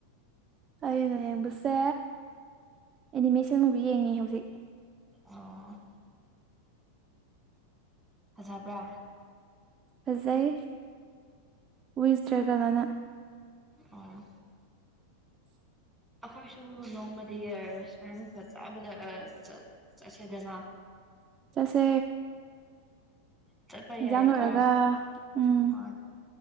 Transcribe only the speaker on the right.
ꯑꯩꯅ ꯌꯦꯡꯕꯁꯦ ꯑꯦꯅꯤꯃꯦꯁꯟ ꯃꯨꯚꯤ ꯌꯦꯡꯉꯤ ꯍꯧꯖꯤꯛ
ꯐꯖꯩ ꯋꯤꯁꯇ꯭ꯔꯒꯜ ꯑꯅ
<inaudible>
ꯆꯠꯁꯦ
ꯑꯦꯛꯖꯥꯝ
ꯂꯣꯏꯔꯒ
ꯎꯝ